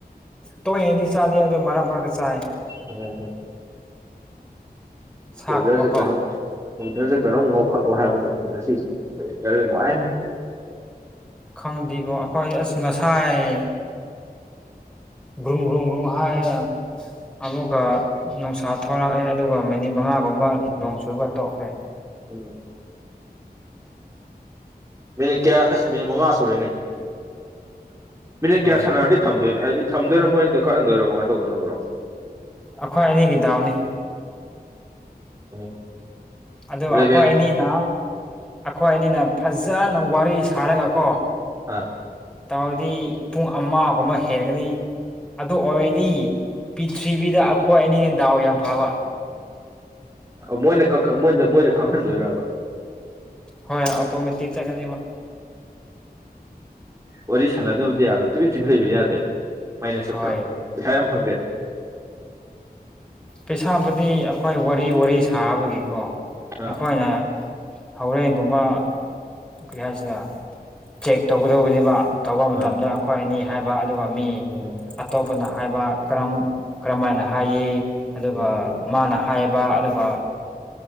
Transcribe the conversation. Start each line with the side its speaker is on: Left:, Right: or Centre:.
Centre: ꯇꯣꯏꯅꯗꯤ ꯆꯥꯗꯦ ꯑꯗꯣ ꯃꯔꯛ ꯃꯔꯛ ꯆꯥꯏ
Right: ꯑꯣ
Centre: ꯁꯥꯒꯨꯝꯕꯀꯣ
Right: ꯋꯦꯗꯔꯖꯦ ꯀꯩꯅꯣꯝ ꯋꯦꯗꯔꯖꯦ ꯀꯩꯅꯣꯝ ꯉꯧꯈꯠꯂꯣ ꯍꯥꯏꯕꯖꯥꯠꯅꯤ ꯉꯁꯤꯁꯦ ꯋꯦꯗ꯭ꯔ ꯅꯨꯡꯉꯥꯏ
Centre: ꯈꯪꯗꯦꯀꯣ ꯑꯈꯣꯏ ꯑꯁ ꯉꯁꯥꯏ ꯒ꯭ꯔꯨꯡ ꯒ꯭ꯔꯨꯡ ꯒ꯭ꯔꯨꯡ ꯍꯥꯏꯅ ꯑꯃꯨꯛꯀ ꯅꯨꯡꯁꯥ ꯊꯣꯔꯛꯑꯦ ꯑꯗꯨꯒ ꯃꯤꯅꯤꯠ ꯃꯉꯥꯒꯨꯝꯕ ꯅꯣꯡ ꯆꯨꯔꯒ ꯇꯣꯛꯈ꯭ꯔꯦ
Right: ꯎꯝ ꯃꯤꯅꯤꯠ ꯀꯌꯥ ꯑꯁ ꯃꯤꯅꯤꯠ ꯃꯉꯥ ꯁꯨꯔꯦꯅꯦ ꯃꯤꯅꯤꯠ
Centre: ꯍꯣꯏ
Right: ꯀꯌꯥ ꯁꯥꯟꯅꯔꯗꯤ ꯊꯝꯗꯣꯏ ꯑꯥꯏꯗꯤ ꯊꯝꯗꯣꯏꯔ ꯃꯣꯏꯅꯗ ꯈꯛꯍꯟꯗꯣꯏꯔ ꯀꯃꯥꯏ ꯇꯧꯗꯣꯏꯅꯣ ꯕ꯭ꯔꯣ
Centre: ꯑꯈꯣꯏ ꯑꯅꯤꯒꯤ ꯗꯥꯎꯅꯤ
Right: ꯑꯣ
Centre: ꯑꯗꯣ
Right: ꯑꯦꯂꯚꯦꯟ
Centre: ꯑꯩꯈꯣꯏ ꯑꯅꯤꯅ ꯑꯩꯈꯣꯏ ꯑꯅꯤꯅ ꯐꯖꯅ ꯋꯥꯔꯤ ꯁꯥꯔꯒ ꯀꯣ
Right: ꯑꯥ
Centre: ꯇꯧꯔꯗꯤ ꯄꯨꯡ ꯑꯃꯒꯨꯝꯕ ꯍꯦꯟꯒꯅꯤ ꯑꯗꯨ ꯑꯣꯏꯔꯗꯤ ꯄꯤꯔꯤꯊꯤꯕꯤꯗ ꯑꯩꯈꯣꯏ ꯑꯅꯤꯅ ꯗꯥꯎ ꯌꯥꯝ ꯐꯥꯕ
Right: ꯃꯣꯏꯅ ꯀꯥꯡ ꯃꯣꯏꯗ ꯀꯥꯍꯟꯗꯣꯏꯔꯕ
Centre: ꯍꯣꯏ ꯑꯣꯇꯣꯃꯦꯇꯤꯛ ꯆꯠꯀꯅꯦꯕ
Right: ꯋꯥꯔꯤ ꯁꯥꯟꯅꯗꯕꯗꯤ ꯌꯥꯔꯣꯏ ꯇꯨꯃꯤꯟ ꯇꯨꯃꯤꯟ ꯂꯩꯕꯗꯤ ꯌꯥꯗꯦ ꯃꯥꯏꯅꯦꯁ
Centre: ꯍꯣꯏ
Right: ꯆꯠꯇ꯭ꯔꯣ ꯄꯩꯁꯥ ꯌꯥꯝ ꯐꯪꯗꯦ
Centre: ꯄꯩꯁꯥꯕꯨꯗꯤ ꯑꯩꯈꯣꯏ ꯋꯥꯔꯤ ꯋꯥꯔꯤ ꯁꯥꯕꯒꯤꯀꯣ
Right: ꯑꯥ
Centre: ꯃꯈꯣꯏꯅ ꯍꯣꯔꯦꯟꯒꯨꯝꯕ ꯀꯩ ꯍꯥꯏꯁꯦꯔꯥ ꯆꯦꯛ ꯇꯧꯒꯗꯧꯕꯅꯤꯕ ꯇꯧꯕ ꯃꯇꯝꯗ
Right: ꯑꯥ
Centre: ꯑꯩꯈꯣꯏ ꯑꯅꯤ ꯍꯥꯏꯕ ꯑꯗꯨꯒ ꯃꯤ
Right: ꯎꯝ
Centre: ꯑꯇꯣꯞꯄꯅ ꯍꯥꯏꯕ ꯀꯔꯝ ꯀꯔꯝꯃꯥꯏꯅ ꯍꯥꯏꯌꯦ ꯑꯗꯨꯒ
Right: ꯎꯝ
Centre: ꯃꯥꯅ ꯍꯥꯏꯕ ꯑꯗꯨꯒ